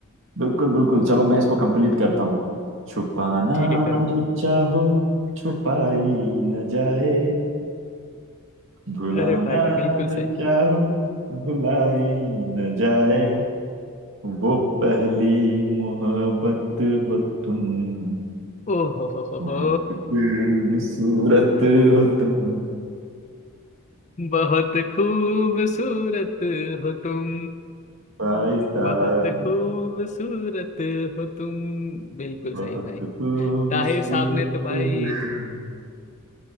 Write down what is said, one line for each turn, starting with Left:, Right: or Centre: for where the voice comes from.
Right: बिल्कुल बिल्कुल चलो मैं इसको कंप्लीट करता हूँ छुपाना
Left: ठीक है करो करो
Right: जो चाहो छुपाई न जाए भुलाना
Left: अरे भाई भाई बिल्कुल सही
Right: जो चाहो भुलाई न जाए वो पहली मोहब्बत हो तुम
Left: ओ हो हो हो
Right: बहुत
Left: हो
Right: खूबसूरत हो तुम
Left: बहुत खूबसूरत हो तुम
Right: भाई साहब
Left: बहुत खूबसूरत हो तुम बिल्कुल
Right: बहुत
Left: सही भाई
Right: खूबसूरत
Left: ताहिर साहब ने तो भाई
Right: हो तुम